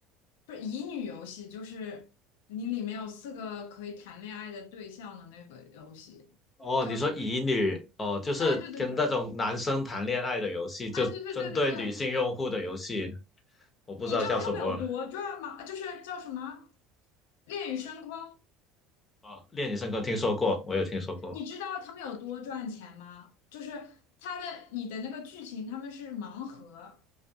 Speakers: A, on the left; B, on the left.
A: 不是乙女游戏，就是你里面有四个可以谈恋爱的对象的那个游戏，
B: 哦，
A: 叫什么呀？
B: 你说乙女哦，就是跟那种男生谈恋爱的游戏，
A: 哎，对对对，
B: 就针对女性用户的游戏，
A: 哎，对对对对对，
B: 我不知道叫什么了。
A: 你知道他们有多赚吗？就是叫什么《恋与深空》。
B: 哦，恋与深坑听说过，我有听说过。
A: 你知道他们有多赚钱吗？就是他的你的那个剧情，他们是盲盒，